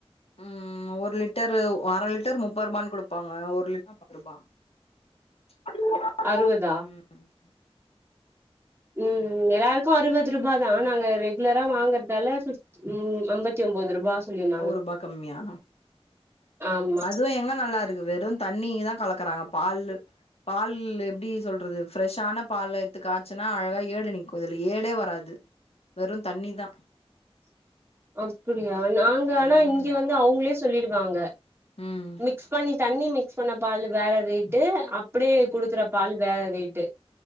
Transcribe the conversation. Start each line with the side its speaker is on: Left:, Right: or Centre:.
Left: ம் ஒரு லிட் லிட்டரு அரை லிட்டர் முப்பது ரூபானு குடுப்பாங்க ஒரு லிட்டர்பத்து ரூபா <unintelligible>
Right: அறுவதா ம் ம் எல்லாருக்கு அறுவது ரூவாதா நாங்க ரெகுலரா வாங்கறதால ம் ஐம்பத்தி ஒம்போது ரூபா சொல்லிருந்தாங்க
Left: ஒருபா கம்மியா
Right: ஆமா
Left: அதுவு எங்க நல்லா இருக்கு வெறு தண்ணிதா கலக்குறாங்க பால்லு பால் எப்பிடி சொல்றது ஃப்ரெஷ்ஷான பால் எடுத்துக்க காச்சின்னா அழகா ஏடு நிக்கு இதுல ஏடே வராது வெறு தண்ணிதா
Right: அப்பிடியா நாங்க ஆனா
Left: ம்
Right: இங்க வந்து அவங்களே சொல்லிடுவாங்க
Left: ம்
Right: மிக்ஸ் பண்ணி தண்ணி மிக்ஸ் பண்ண பால் வேற ரேட் டு அப்டியே குடுக்குற பால் வேற ரேட்டு